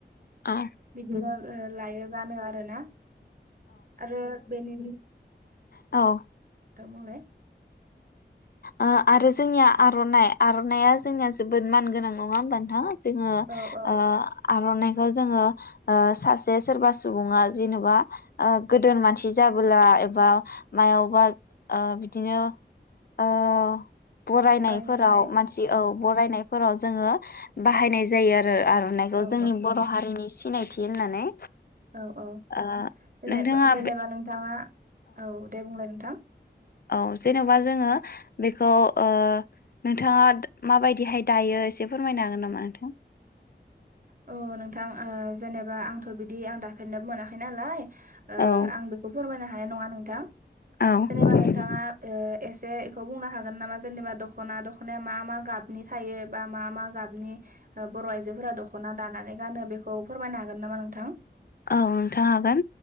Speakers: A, on the right; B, on the left.
A: <inaudible>
B: औ
A: बिदिनो लायो गानो आरोना आरो बेनि
B: औ
A: थां बुंलाय
B: ओ आरो जोंनिया आर'नाइ - आर'नाइया जोंनिया जोबोद मान गोनां नङा होनबा नोंथां जोंङो ओ
A: औ औ
B: आर'नाइ बेखौ जोङो ओ सासे सोरबा सुबुङा जेनेबा ओ गोदोर मानसि जाबोला एबा मायावबा ओ बिदिनो ओ बरायनायफोराव
A: बरायनो थाखाय
B: मानसि औ बरायनाय फोराव जोंङो बाहायनाय जायो आरो आर'नाइखौ
A: औ
B: जोंनि बर' हारिनि सि सिनायथि होननानै
A: औ-औ
B: ओ
A: जेनेबा
B: नोंथाङा
A: -जेनेबा
B: बे
A: नोंथाङा औ दे बुं नोंथां
B: औ जेन'बा जोंङो बेखौ ओ नोंथाङा माबायदिहाय दायो एसे फोरमायनो हागोन नामा नोंथां?
A: अ नोंथां आङो जेनेबा आंथ' बिदि आं दाफेरनोबो मोनाखै नालाय ओ
B: औ
A: आं बेखौ फोरमायनो हानाय नङा नोंथां
B: औ
A: जेनेबा नोंथाङा ओ एसे बेखौ बुंनो हागोन ना जेबा दखना दखनाय मा मा गाबनि थायो बा मा मा गाबनि ओ‌ बर आइजोफोरा दखना दखना दानानै गानो बेखौ फोरमायनो हागोन नामा नोंथां
B: औ नोंथां हागोन